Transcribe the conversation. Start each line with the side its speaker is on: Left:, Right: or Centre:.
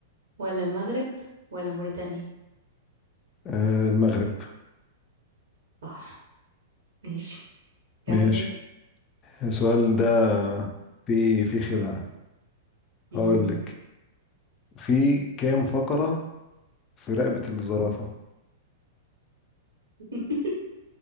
Right: ولا المغرب ولا موريتانيا
Left: آه، المغرب
Right: صح ماشي كمل
Left: ماشي السؤال ده في في خدعة
Right: مم.
Left: هقول لك في كام فقرة في رقبة الزرافة
Right: <laughs>